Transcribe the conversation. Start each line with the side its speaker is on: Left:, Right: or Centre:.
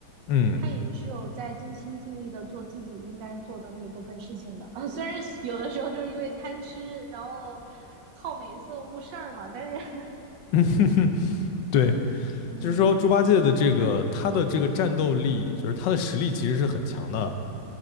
Left: 嗯。
Right: 他也是有在尽心尽力的做自己应该做的那一部分事情的。<laughs> 虽然有的时候就是因为贪吃，然后靠美色误事儿嘛，但是 <laughs>
Left: <laughs> 对，
Right: 嗯。
Left: 就是说猪八戒的这个他的这个战斗力，就是他的实力其实是很强的。